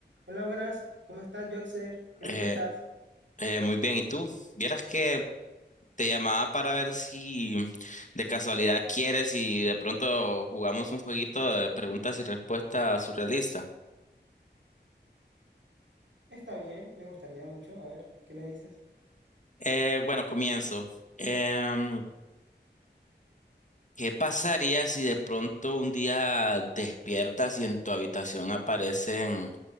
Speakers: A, on the right (about 80°); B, on the left (about 40°).
A: Hola, buenas. ¿Cómo estás, Joxer? ¿Qué
B: Eh,
A: me cuentas?
B: eh, muy bien, ¿y tú? Vieras que te llamaba para ver si de casualidad quieres y de pronto jugamos un jueguito de preguntas y respuestas surrealista.
A: Está bien, me gustaría mucho. A ver, ¿qué me dices?
B: Eh, bueno, comienzo. Em, ¿qué pasaría si de pronto un día despiertas y en tu habitación aparecen